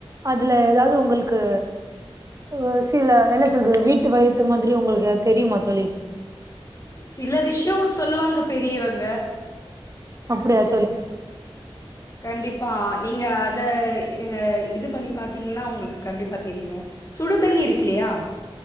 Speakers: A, on the right (about 35°); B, on the left (about 35°).
A: அதுல ஏதாவது உங்களுக்கு உ சில என்ன சொலது வீட்டு வய்து மாதிரி உங்களுக்கு ஏது தெரியுமா தொழி
B: சில விஷ்ய சொல்லுவாங்க பெரியவங்க
A: அப்டியா தோழி
B: கண்டிப்பா நீங்க அத இஹ இதுப் ப்ப நி பாத்தீங்கன்னா உங்களுக்கு கண்டிப்பா தெரியும் சுடு தண்ணி இருக்கிலையா